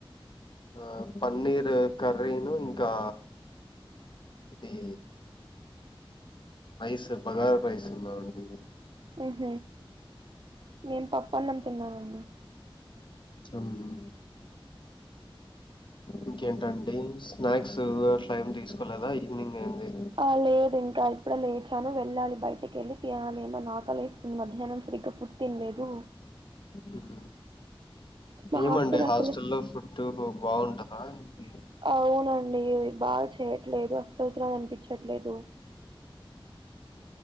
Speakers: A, on the left (about 55°); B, on the right (about 55°).
A: ఆ ఆ పన్నీర్ కర్రీను ఇంకా ఇది రైస్ బగార్ రైస్ ఉందా అండి
B: ఉహ మేము పప్పన్నం తిన్నామండి
A: మ్మ్ ఇంకేంటండి స్నాక్స్ టలైమ్ తీసుకోలేదా ఈవినింగ్ అయింది
B: ఆ లేదు ఇంకా ఇప్పుడ లేట్ తను వెళ్ళాలి బయటికి వెళ్ళి తినాలి ఏమన్నా ఆకలి మధ్యాహ్నం సరిగ్గా ఫుడ్ తినలేదు
A: మ్మ్
B: మా
A: ఏమండి
B: హాస్టల్
A: హాస్టల్లో
B: అసలే
A: ఫుడ్ బాగుంటదా ఏంటి
B: అవునండి బాగా చేయట్లేదు అస్తలత్రరాని అనిపించట్లేదు